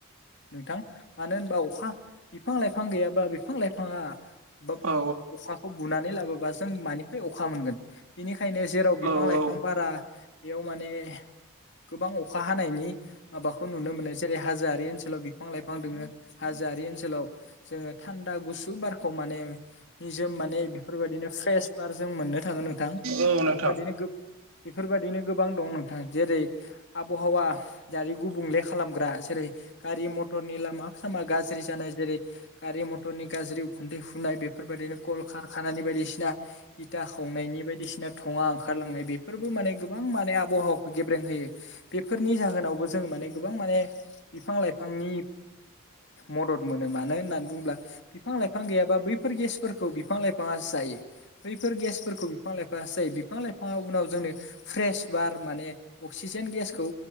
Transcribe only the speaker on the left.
नोंथां मानो होनबा अखा बिफां -लाइफां गैयाबा बिफां- लाइफाङा बा
अखाखौ बुनानै लाबोबा जों मानि <unintelligible> अखा मोनगोन बेनिखायनो जेराव बिफां
-लाइफां
बारा बेयाव माने गोबां अखा हानायनि माबाखौ नुनो मोनो जेरै <unintelligible> बे ओनसोलाव बिफां -लाइफां दोंङो हाजोयारि ओनसोलाव जोंङो थान्दा गुसु बारखौ माने निजोम माने बेफोरबायदिनो फ्रेस बार जों मोननो थांङो नोंथां
बेफोरबायदिनो गोब- बेफोरबायदिनो गोब गोबां दं नोंथांङा जेरै आबहावा जारि गुबुंले खालामग्रा जेरै गारि- मथर <unintelligible> लामा सामा गाज्रि जानाय जेरै गारि- मथरनि गाज्रि उखुन्दै फुनाय बेफोरबायदिनो कलखारखानानि बायदिसिना इथा खावनायनि बायदिसिना थंङा ओंखारलांनाय बेफोरबो माने गोबां माने आबहावाखौ गेब्रेंहोयो। बेफोरनि जाहोनावबो जों माने गोबां माने बिफां- लाइफांनि मदद मोनो मानो होननानै बुंङोब्ला बिफां- लाइफां गैयाबा बैफोर गेसफोरखौ बिफां- लाइफाङा जायो। बैफोर गेसफोरखौ बिफां -लाइफांयासो जायो। बिफां- लाइफाया उनाव जोंनो फ्रेस बार माने अक्सिजेन <unintelligible> गेसखौ